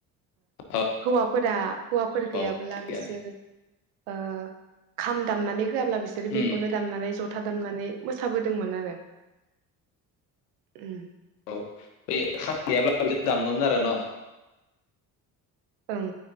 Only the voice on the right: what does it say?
हौवा फोरा हौवाफोर गैयाबोला
बिसोर ओ खाम दामनानै होआब्ला बिसोरो
बेखौनो दामनानै ज ' जथा दामनानै मोसाबोदोंमोन आरो उम।
ओं